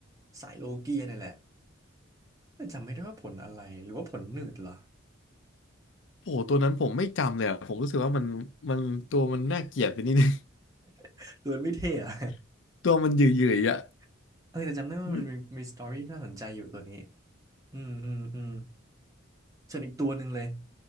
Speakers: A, on the right; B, on the left.
A: สายโลเกียนี่แหละแต่จำไม่ได้ว่าผลอะไรหรือว่าผลหนืดเหรอ
B: โอ้โหตัวนั้นผมไม่จำเลยอะผมรู้สึกว่ามันมันตัวมันน่าเกลียดไปนิดนึง
A: <laughs> ตัวมันไม่เท่อะ
B: <laughs> ตัวมันหยื่อยๆอ่ะ
A: <laughs> เออแต่จำได้ว่ามันมีมีสตอรี่น่าสนใจอยู่ตัวนี้
B: อุ๊ย
A: อืมอืมอืม ส่วนอีกตัวหนึ่งเลย